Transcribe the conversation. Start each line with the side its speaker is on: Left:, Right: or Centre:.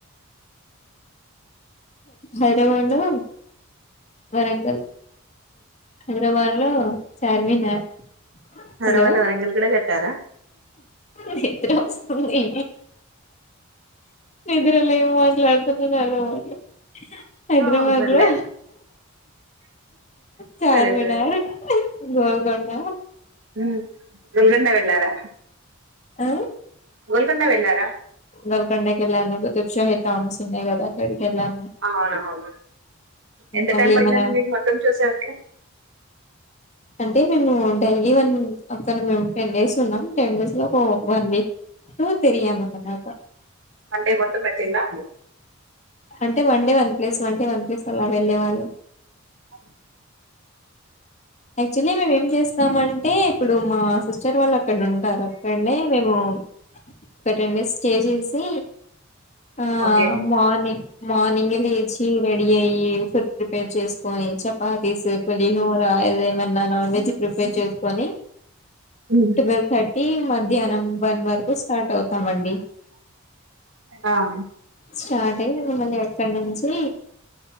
Left: హైదరాబాద్ లో వరంగల్ హైదరాబాద్ లో చార్మినార్
Right: హైదరాబాద్
Left: హలో
Right: లో వరంగల్ కూడా కట్టారా
Left: నిద్ర వస్తుంది. నిద్ర నువ్వు అట్లా అడుగుతుంటేనే అర్థం అవ్వట్లే. హైదరాబాద్
Right: ఆ పర్లేదు
Left: లో చార్మినార్,
Right: సరే సరే
Left: గోల్కొండ.
Right: ఉమ్. గోల్కొండ వెళ్ళారా.
Left: ఆ
Right: గుల్కొండ వెళ్లారా.
Left: గోల్కొండ కి వెళ్ళాము. టామ్స్ ఉన్నాయి కదా అక్కడికి వెళ్ళాము
Right: అవునవును ఎంత
Left: అందులో
Right: టైం పడిందండి
Left: ఏమన్నా.
Right: మీకు మొత్తం చూసేవరకి
Left: అంటే మేము డైలీ వన్ అక్కడ మేము టెన్ డేస్ ఉన్నాం టెన్ డేస్ లో ఒక వన్ వీక్ తిరిగామన్నమాట.
Right: వన్ డే మొత్తం పట్టిందా
Left: అంటే one day one place one day one place అలా వెళ్ళేవాళ్ళుము.
Right: అ
Left: యాక్చువలీ మేము ఏం చేస్తామంటే ఇప్పుడు మా సిస్టర్ వాళ్ళు అక్కడ ఉంటారు అక్కనే మేము ఒక టెన్ డేస్ స్టే చేసి. ఆ
Right: ఓకే
Left: మార్నింగ్ మార్నింగ్ లేచి రెడియయి. చేసుకొని చపాతి పులిహోర ఏదేమన్నా నాన్ వెజ్ ప్రిపేర్ చేసుకొని
Right: ఉమ్.
Left: Twelve thirty. వన్ వరకు స్టార్ట్ అవుతామండి.
Right: ఆ
Left: స్టార్ట్ అయ మళ్ళీ ఎక్కడ నుంచి